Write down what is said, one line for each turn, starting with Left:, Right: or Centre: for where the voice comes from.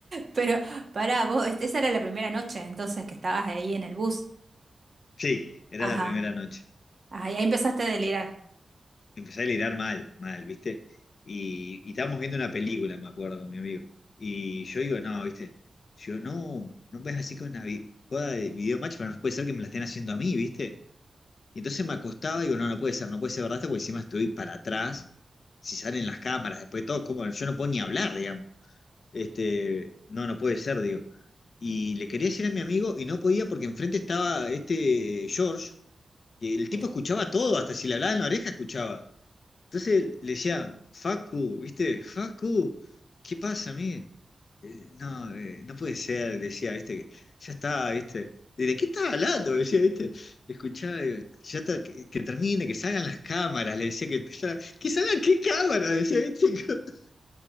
Right: Pero pará, vos, es- esa era la primera noche entonces que estabas ahí en el bus.
Left: sí, era
Right: Ajá,
Left: la primera noche.
Right: ajá, y ahí empezaste a delirar.
Left: Empecé a delirar mal, mal, ¿viste? Y, y estábamos viendo una película, me acuerdo, con mi amigo. Y yo digo, no, ¿viste? Yo, no, no ves así con una vi- jugada de video match, pero no puede ser que me la estén haciendo a mí, ¿viste? Y entonces me acostaba y digo, no, no puede ser, no puede ser verdad, esto, porque encima estoy para atrás. Si salen las cámaras, después de todo, como yo no puedo ni hablar, digamos. Este, no, no puede ser, digo. Y le quería decir a mi amigo y no podía porque enfrente estaba este George, que el
Right: ¿Te
Left: tipo escuchaba todo, hasta si le hablaba en la oreja escuchaba. Entonces le decía, Facu, ¿viste? Facu, ¿qué pasa, amigo? Eh, no, eh, no puede ser, decía, ¿viste? Que ya está, ¿viste? ¿De qué estás hablando? Decía, ¿viste? Escuchá, digo, ya está, que, que termine, que salgan las cámaras, le decía que ya- ¿que salgan qué cámaras? Decía, ¿viste? <laughs>